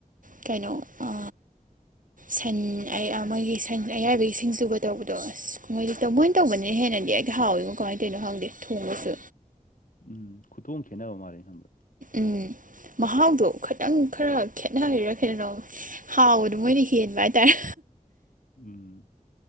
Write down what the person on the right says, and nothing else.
ꯀꯩꯅꯣ ꯑ ꯁꯟ ꯑꯌꯥ ꯃꯣꯏꯒꯤ ꯁꯟ ꯑꯌꯥꯏꯕꯒꯤ ꯁꯤꯡꯖꯨꯕ ꯇꯧꯕꯗꯣ ꯑꯁ ꯃꯣꯢꯗꯤ ꯑꯗꯣ ꯃꯣꯏꯅ ꯇꯧꯕꯅ ꯍꯦꯟꯅꯗꯤ ꯍꯦꯛꯇ ꯍꯥꯎꯋꯦꯉꯣ ꯀꯃꯥꯏ ꯇꯧꯋꯤꯅꯣ ꯈꯪꯗꯦ ꯊꯣꯡꯉꯁꯨ
ꯎꯝ ꯃꯍꯥꯎꯗꯣ ꯈꯩꯇꯪ ꯈꯔ ꯈꯦꯠꯅꯔꯤꯔ ꯀꯩꯅꯣ ꯍꯥꯎꯕꯗꯣ ꯃꯣꯏꯅ ꯍꯦꯟꯕ ꯍꯥꯢꯇꯥꯔꯦ